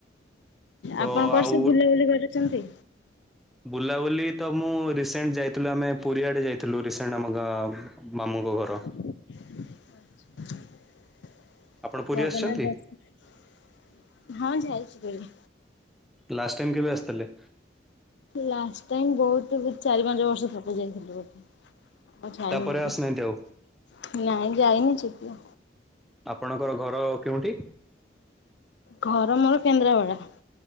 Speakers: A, in the centre; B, on the left (about 70°).
A: ତ
B: ଆପଣ କୁଆଡ଼େ
A: ଆଉ
B: ସବୁ ବୁଲାବୁଲି କରୁଛନ୍ତି।
A: ବୁଲାବୁଲି ତ ମୁଁ ରିସେଣ୍ଟ ଯାଇଥିଲୁ ଆମେ ପୁରୀଆଡ଼େ ଯାଇଥିଲୁ ରିସେଣ୍ଟ ଆମ ମାମୁଙ୍କ ଘର।
B: ଆ
A: ଆପଣ ପୁରୀ
B: ଜଗନ୍ନାଥ
A: ଆସିଛନ୍ତି?
B: ଦର୍ସ ହଁ ଯାଇଥିଲି।
A: ଲାଷ୍ଟ ଟାଇମ୍ କେବେ ଆସିଥିଲେ।
B: ଲାଷ୍ଟ ଟାଇମ ବହୁତ ପୁ ଚାରି ପାଞ୍ଚ ବର୍ଷ ପୂର୍ବେ ଯାଇଥିଲୁ ବୋଧେ। ଆଉ ଯାଇନି
A: ତାପରେ ଆସିନାହାନ୍ତି
B: ଏବେ
A: ଆଉ
B: ନାଇଁ ଯାଇନି ଯିବି।
A: ଆପଣଙ୍କର ଘର କେଉଁଠି।
B: ଘର ମୋର କେନ୍ଦ୍ରାପଡା।